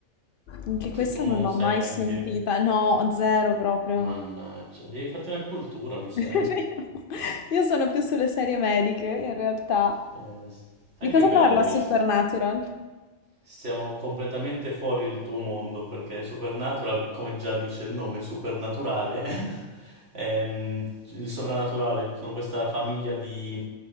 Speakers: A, on the left; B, on the right.
A: Anche
B: Che
A: questa
B: tu non
A: non l'ho
B: sai
A: mai
B: neanche...
A: sentita. No, zero proprio.
B: Mannaggia, devi farti una cultura, mi sa,
A: <laughs> È
B: eh.
A: vero. Io sono più sulle serie mediche, in realtà.
B: Eh, s- anche
A: Di cosa
B: quelle
A: parla
B: l'ho viste.
A: Supernatural?
B: Siamo completamente fuori il tuo mondo perché Supernatural, come già dice il nome, supernaturale, <laughs> è mm, il sovrannaturale. Sono questa famiglia di